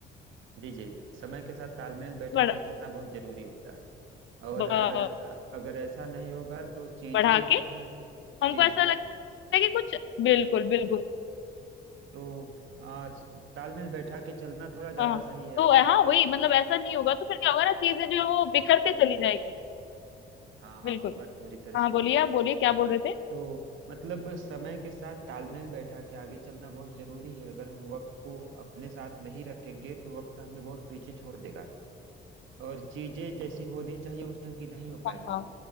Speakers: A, on the right; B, on the left.
A: जी जी समय के साथ तालमेल बैठा
B: बढ़ा
A: के चलना बहुत जरूरी होता है और
B: ब-
A: अगर अ- अगर ऐसा नहीं होगा तो चीजें
B: बढ़ा
A: जो
B: के
A: हैं
B: हमको
A: जी
B: ऐसा
A: जी
B: लगता है कि कुछ बिल्कुल बिल्कुल
A: तो आ, स- तालमेल बैठा के चलना थोड़ा ज्यादा
B: हाँ
A: सही है
B: तो
A: अगर
B: हाँ वही मतलब ऐसा नहीं होगा तो फिर क्या होगा ना चीजें जो है वो बिखरते चली जाएगी
A: हाँ
B: बिल्कुल
A: आपकी बात पूरी तरह
B: हाँ
A: सही
B: बोलिए
A: है
B: आप बोलिए क्या बोल रहे थे
A: तो मतलब समय के साथ तालमेल बैठा के आगे चलना बहुत जरूरी है अगर हम वक्त को अपने साथ नहीं रखेंगे तो वक्त हमें बहुत पीछे छोड़ देगा और चीजें जैसी होनी चाहिए उस ढंग की नहीं हो
B: हाँ
A: पाएंगी
B: हाँ